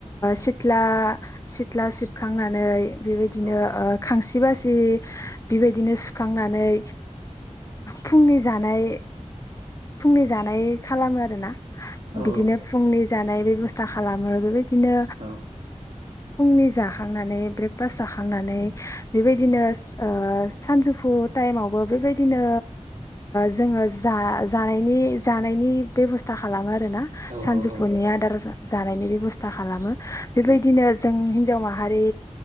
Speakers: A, on the left; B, on the right.
A: सिथ्ला सिथ्ला सिबखांनानै बेबायदिनो
B: औ
A: खांसि बासि बेबायदिनो सु सुखांनानै फुंनि जानाय फुंनि जानाय खालामो आरोना
B: औ
A: बिदिनो फुंनि जानाय बेबस्था खालामो बेबायदि बिदिनो
B: औ
A: फुंनि जाखांनानै ब्रेकफास्ट जाखांनानै बेबायदिनो सानजौ फु टाइमावबो बेबायदिनो जोङो जा जानायनि जानायनि बेब'स्था खालामो आरोना सानजौफुनि
B: औ
A: आदार जानायनि बेब'स्था खालामो। बेबायदिनो
B: औ
A: जों हिनजाव माहारि